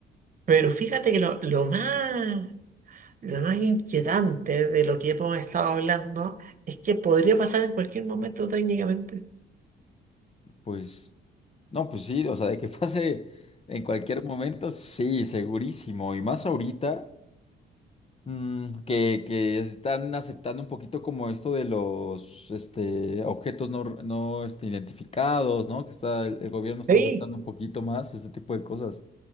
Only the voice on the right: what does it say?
Pero fíjate que lo, lo más, lo más inquietante de lo que hemos estado hablando es que podría pasar en cualquier momento técnicamente.
Sí,